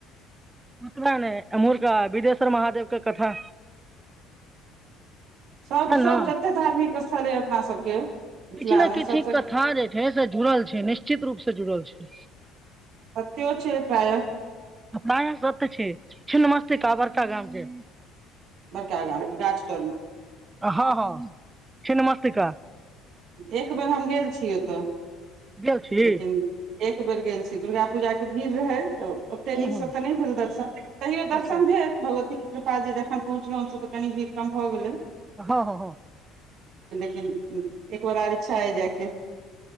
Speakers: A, on the right; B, on the right.
A: पत ने अमूर का बिदेश्वर महादेव के कथा
B: सभ
A: छै
B: सभ
A: ने
B: जतेक धार्मिक स्थल अइ अपनासभके मिथिलामे
A: किछु ने किछु
B: सभसँ
A: कथा जे छै से जुड़ल छै निश्चित रूप से जुड़ल छै
B: त्यो छै प्रायः
A: अपना यहाँ सत छी छिन्नमस्तीका बरका गाम छै
B: बड़का गाम के गाछ तर
A: हँ हँ से छिन्नमस्तीका
B: एक बेर हम गेल छी ओतय
A: गेल छी
B: लेकिन एक बेर गेल छी दुर्गा पूजा के भीड़ रहै तऽ ओते
A: हूँ
B: नीकसँ
A: हूँ
B: तऽ नहि भेल दर्शन तैयो दर्शन
A: अच्छा
B: भेल भगवती कित पास जे जखन पहुँचलहुं हमस तऽ कनि भीड़ कम भऽ गेलै
A: हँ हँ हँ
B: एकबार आर इच्छा अय जायके